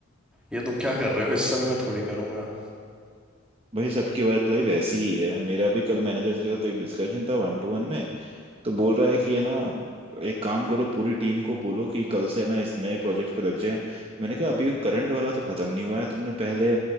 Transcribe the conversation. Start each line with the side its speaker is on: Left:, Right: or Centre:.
Centre: ये तुम क्या कर रहे हो इस समय मैं थोड़ी करूँगा
Right: भाई सबकी वर्क लाइफ ऐसी ही है मेरा भी कल मैनेजर के साथ एक डिस्कशन था वन टू वन में तो बोल रहा है कि है ना एक काम करो पूरी टीम को बोलो कि कल से है ना इस नए प्रोजेक्ट पे लग जाए मैंने कहा अभी करंट वाला तो खत्म नहीं हुआ है तुमने पहले